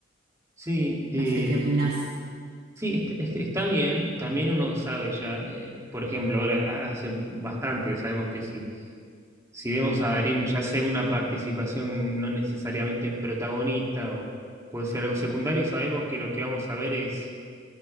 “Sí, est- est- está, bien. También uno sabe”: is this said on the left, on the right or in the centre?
Right